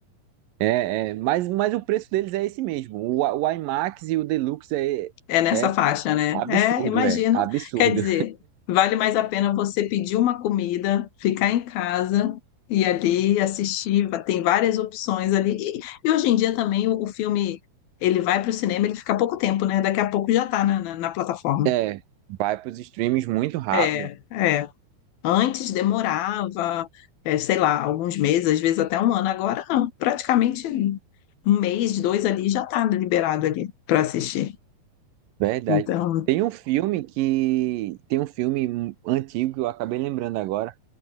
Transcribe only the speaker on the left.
É nessa
faixa, né?
É, imagino.
Quer dizer, vale mais a pena você pedir uma comida, ficar em casa e ali assistir. va- Tem várias opções ali. E, e hoje em dia também o, o filme, ele vai para o cinema, ele fica pouco tempo, né? Daqui a pouco já está na, na na plataforma.
É, é. Antes demorava, eh, sei lá, alguns meses, às vezes até um ano. Agora não, praticamente um mês, dois ali já está liberado ali para assistir.
Então,